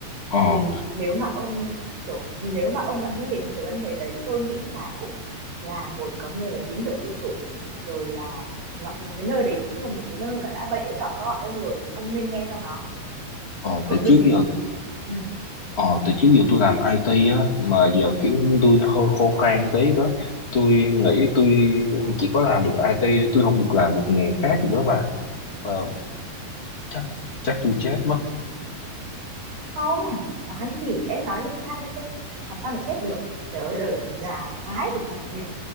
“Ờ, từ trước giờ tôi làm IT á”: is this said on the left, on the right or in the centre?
Left